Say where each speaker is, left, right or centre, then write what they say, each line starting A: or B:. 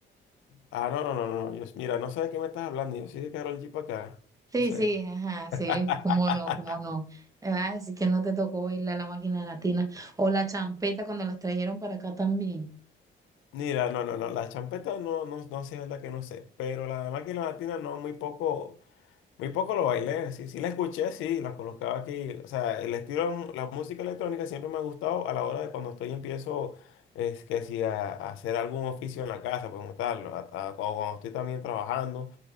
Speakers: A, on the left; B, on the right.
A: ah, no, no, no, no, no, yo, mira, no sé de qué me estás hablando, yo soy de Karol G para acá,
B: Sí,
A: no sé.
B: sí, ajá,
A: <laughs>
B: sí, cómo no, cómo no. Ah, Así que no te tocó bailar la máquina latina o la champeta cuando las trajeron para acá también.
A: Mira, no, no, no, la champeta no, no, no sé, es la que no sé, pero la máquina latina no, muy poco, Muy poco lo bailé, sí, sí la escuché, sí, la colocaba aquí. O sea, el estilo, de mu- la música electrónica siempre me ha gustado a la hora de cuando estoy empiezo, es que si a, a hacer algún oficio en la casa, pues como tal, a- a- o cuando estoy también trabajando,